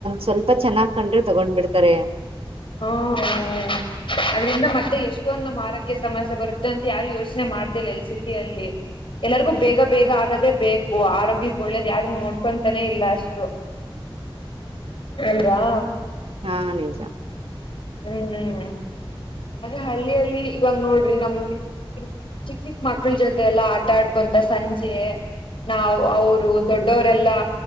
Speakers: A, on the right (about 80°); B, on the left (about 65°).
A: ಸ್ವಲ್ಪ ಚೆನ್ನಾಗ್ ಕಂಡ್ರೆ ತಗೊಂಡ್ಬಿಡ್ತಾರೆ
B: ಹ್ಮ ನೇ <unintelligible> ಆದರಿಂದ ಮತ್ತೆ ಎಷ್ಟು ಇಷ್ಟೊಂದ ನಮ್ಮ್ ಆರೋಗ್ಯ ಸಮಸ್ಯೆ ಬರುತ್ತೆ ಅಂತ ಯಾರು ಯೋಚನೆ ಮಾಡ್ತಿಲ್ಲ ಎಲ್ಲಿ ಸಿಟಿಯಲ್ಲಿ ಎಲ್ಲರಿಗೂ ಬೇಗ -ಬೇಗ ಆಗದೇ ಬೇಕು ಆರೋಗ್ಯಕ್ಕೆ ಒಳ್ಳೇದ ಯಾರು ನೋಡ್ಕೊಂತಾನೇ ಇಲ್ಲ ಅಷ್ಟು ಅಲ್ವಾ
A: ಹಾ ನಿಜ
B: ಹ್ಮ್- ಹ್ಮ್ ಅ ಹಳ್ಳಿಯಲ್ಲಿ ಇವಾಗ ನೋಡ್ರಿ ನಮ್ಗೆ ಚಿಕ್ಕ ಚಿಕ್ ಮಕ್ಳ ಜೊತೆ ಎಲ್ಲಾ ಆಟ ಆಡ್ಕೊಂತ ಸಂಜೆ ನಾ್ ಅವರು ದೊಡ್ಡ ವರೆಲ್ಲಾ